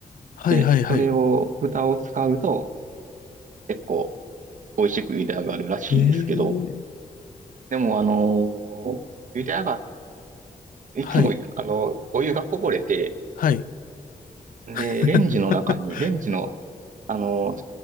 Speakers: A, on the left; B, on the right.
A: はい、
B: で、
A: はい、はい。
B: それを、蓋を使うと結構美味しく茹で上がるらしいんですけど、
A: ええ
B: でもあのー茹で上がっいつも、
A: はい。
B: あの、お湯がこぼれて、
A: はい。
B: で、
A: <laughs>
B: レンジの中に、レンジの、あの、